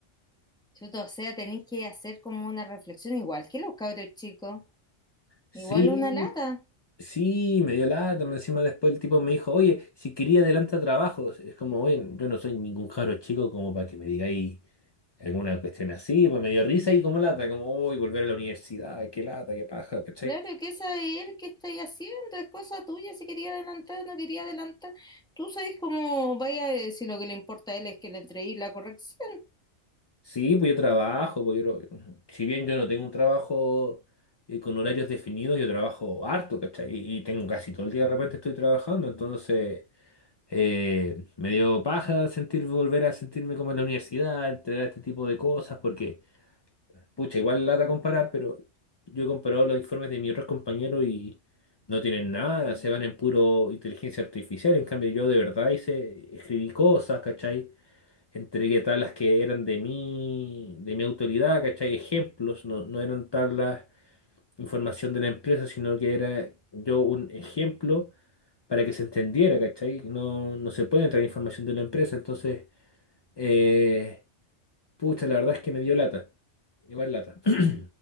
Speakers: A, in the centre; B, on the left (about 35°).
A: Chuta, o sea, tenéis que hacer como una reflexión igual que los cabros chicos.
B: Sí,
A: Igual una lata.
B: sí, me dio lata, más encima después el tipo me dijo, oye, si quería adelanta trabajos. Es como, oye, yo no soy ningún cabro chico como para que me digáis alguna cuestión así, pues me dio risa y como lata, como, uy, volver a la universidad, qué lata, qué paja, ¿cachai?
A: Claro, que esa de él, ¿qué estáis haciendo? Es cosa tuya, si quería adelantar o no quería adelantar. Tú sabes cómo vaya, eh, si lo que le importa a él es que le entreguéis la corrección.
B: Sí, pues yo trabajo, pues yo, lo- si bien yo no tengo un trabajo eh, con horarios definidos, yo trabajo harto, ¿cachai? Y, y tengo casi todo el día de repente estoy trabajando, entonces eh, me dio paja sentir, volver a sentirme como en la universidad, entregar este tipo de cosas, porque, pucha, igual lata comparar, pero yo he comparado los informes de mis otros compañeros y no tienen nada, se van en puro inteligencia artificial, en cambio yo de verdad hice, escribí cosas, ¿cachai? Entregué tablas que eran de mi, de mi autoridad, ¿cachai? Ejemplos, no, no eran tablas, información de la empresa, sino que era yo un ejemplo para que se entendiera, ¿cachai? No, no se puede entrar información de la empresa, entonces, eh, pucha, la verdad es que me dio lata, igual lata. <clears throat>